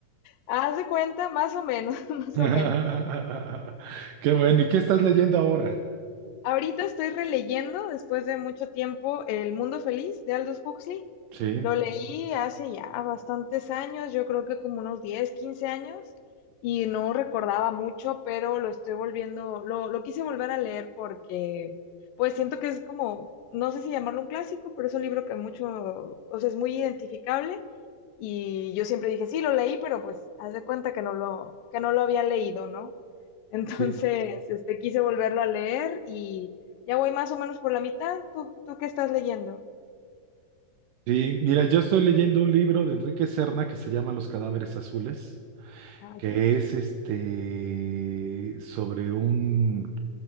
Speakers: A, on the left; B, on the right.
A: Haz de cuenta, más o menos, <laughs> más
B: <laughs>
A: o menos.
B: Qué bueno. ¿Y qué estás leyendo ahora?
A: Ahorita estoy releyendo, después de mucho tiempo, El Mundo Feliz de Aldous Huxley.
B: Sí,
A: Lo leí hace ya bastantes años, yo creo que como unos 10, 15 años, y no recordaba mucho, pero lo estoy volviendo, lo, lo quise volver a leer porque, pues siento que es como, no sé si llamarlo un clásico, pero es un libro que mucho, o sea, es muy identificable. Y yo siempre dije, sí, lo leí, pero pues haz de cuenta que no lo, que no lo había leído, ¿no? Entonces,
B: sí.
A: este, quise volverlo a leer y ya voy más o menos por la mitad. ¿Tú, tú qué estás leyendo?
B: Sí, mira, yo estoy leyendo un libro de Enrique Serna que se llama Los cadáveres azules,
A: Ah,
B: que
A: ok.
B: es este sobre un,